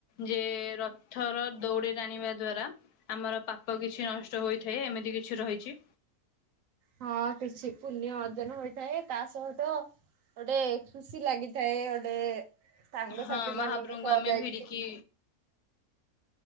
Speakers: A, on the left; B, on the right.
A: ଯେ ରଥର ଦଉଡି ଟଣିବା ଦ୍ଵାରା ଆମର ପାପ କିଛି ନଷ୍ଟ ହୋଇଥାଏ ଏମିତି କିଛି ରହିଛି।
B: ହଁ କିଛି ପୁଣ୍ୟ ଅର୍ଜନ ହୋଇଥାଏ ତା ସହିତ ଗୋଟେ ଖୁସି ଲାଗିଥାଏ ଗୋଟେ ସାଙ୍ଗସାଥି
A: ହଁ ମହାପ୍ରଭୁଙ୍କୁ
B: ମାନଙ୍କ ସହ
A: ଆମେ
B: ଯାଇକି
A: ଭିଡିକି